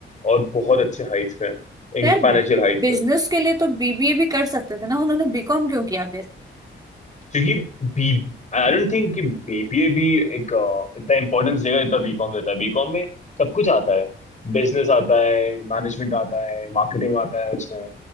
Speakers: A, on the left (about 35°); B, on the right (about 20°).
A: और बहुत अच्छे हाइट्स पे हैं
B: यार
A: इन फाइनेंशियल हाइट्स
B: बिजनेस के लिए तो बीबीए भी कर सकते थे ना उन्होंने बीकॉम क्यों किया फिर
A: क्योंकि बी आई डोंट थिंक कि बीबीए भी एक अ, इतना इंपॉर्टेंस देगा जितना बीकॉम देता है बीकॉम में सब कुछ आता है बिजनेस आता है मैनेजमेंट आता है मार्केटिंग आता है उसमें